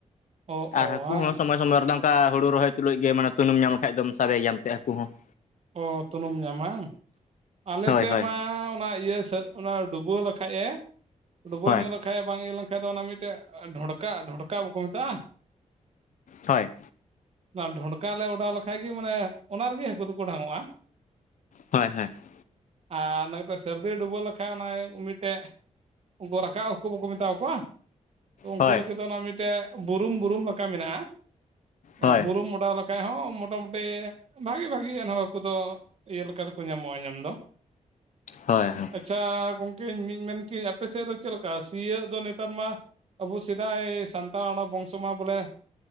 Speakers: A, on the right; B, on the left.
A: ᱚ
B: ᱟᱨ
A: ᱚ
B: ᱦᱟᱹᱠᱩ
A: ᱵᱟᱝ
B: ᱦᱚᱸ ᱥᱚᱢ ᱥᱚᱢᱚᱭ ᱨᱮᱫᱚ ᱚᱝᱠᱟ ᱦᱩᱲᱩ ᱨᱚᱦᱚᱭ ᱛᱩᱞᱩᱡ ᱜᱮ ᱢᱟᱱᱮ ᱛᱩᱱᱩᱢ ᱧᱟᱢ ᱞᱮᱠᱷᱟᱱᱡ ᱫᱚ ᱥᱟᱵᱮ ᱜᱮᱭᱟ ᱮᱱᱛᱮᱜ ᱦᱟᱹᱠᱩ ᱦᱚᱸ ᱾
A: ᱚ ᱛᱩᱱᱩᱢ ᱧᱟᱢ ᱵᱟᱝ ᱟᱞᱮ
B: ᱦᱳᱭ
A: ᱥᱮᱫ
B: ᱦᱳᱭ
A: ᱢᱟ ᱚᱱᱟ ᱤᱭᱟᱹ ᱥᱮᱫ ᱚᱱᱟ ᱰᱩᱵᱟᱹ ᱞᱮᱠᱷᱟᱡ ᱮ ᱰᱩᱵᱟᱹ
B: ᱦᱳᱭ
A: ᱧᱚᱜ ᱵᱟᱝ ᱠᱷᱟᱱ ᱵᱟᱝ ᱤᱭᱟᱹ ᱞᱮᱱᱠᱷᱟᱡ ᱫᱚ ᱚᱱᱟ ᱢᱤᱫᱴᱮᱡ ᱰᱷᱚᱲᱠᱟ ᱰᱷᱚᱲᱠᱟ ᱵᱟᱠᱚ ᱢᱮᱛᱟᱜᱼᱟ,
B: ᱦᱳᱭ
A: ᱚᱱᱟ ᱰᱷᱚᱲᱠᱟ ᱞᱮ ᱚᱰᱟᱣ ᱞᱮᱠᱷᱟᱡ ᱜᱮ ᱢᱟᱱᱮ ᱚᱱᱟ ᱨᱮᱜᱮ ᱦᱟᱹᱠᱩ ᱫᱚᱠᱚ ᱰᱷᱟᱝᱚᱜᱼᱟ ᱾
B: ᱦᱳᱭ ᱦᱳᱭ ᱾
A: ᱟᱨ ᱱᱚᱛᱮ ᱥᱟᱹᱨᱫᱤ ᱰᱩᱵᱟᱹᱣ ᱞᱮᱠᱷᱟᱡ ᱚᱱᱟ ᱢᱤᱫᱴᱮᱡ ᱩᱱᱠᱩ ᱨᱟᱠᱟᱵ ᱦᱟᱹᱠᱩ ᱵᱟᱠᱚ ᱢᱮᱛᱟᱣ ᱠᱚᱣᱟ ᱛᱚ ᱩᱱᱠᱩ
B: ᱦᱳᱭ
A: ᱞᱟᱹᱜᱤᱫ ᱫᱚ ᱚᱱᱟ ᱢᱤᱫᱴᱮᱡ ᱵᱩᱨᱩᱢ ᱵᱩᱨᱩᱢ ᱞᱮᱠᱟ ᱢᱮᱱᱟᱜᱼᱟ ᱚᱱᱟ
B: ᱦᱳᱭ
A: ᱵᱩᱨᱩᱢ ᱚᱰᱟᱣ ᱞᱮᱠᱷᱟᱡ ᱦᱚᱸ ᱢᱚᱴᱟᱢᱩᱴᱤ ᱵᱷᱟᱜᱤ ᱵᱷᱟᱜᱤ ᱵᱷᱟᱹᱜᱤ ᱮᱱᱦᱚᱸ ᱦᱟᱹᱠᱩ ᱫᱚ ᱤᱭᱟᱹ ᱞᱮᱠᱟ ᱧᱟᱢᱚᱜᱼᱟ ᱧᱟᱢ ᱫᱚ ᱾
B: ᱦᱳᱭ ᱦᱳᱭ ᱾
A: ᱟᱪᱪᱷᱟ ᱜᱚᱢᱠᱮ ᱢᱮᱱ ᱠᱟᱹᱧ ᱟᱯᱮ ᱥᱮᱫ ᱫᱚ ᱪᱮᱫ ᱞᱮᱠᱟ ᱥᱤᱭᱳᱜ ᱫᱚ ᱱᱮᱛᱟᱨ ᱢᱟ ᱟᱵᱚ ᱥᱮᱫᱟᱭ ᱥᱟᱱᱛᱟᱲ ᱦᱚᱲᱟᱜ ᱵᱚᱝᱥᱚ ᱢᱟ ᱵᱚᱞᱮ